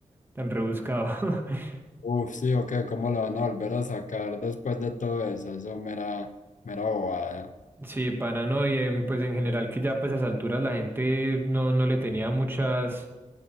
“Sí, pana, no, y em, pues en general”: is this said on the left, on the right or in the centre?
Right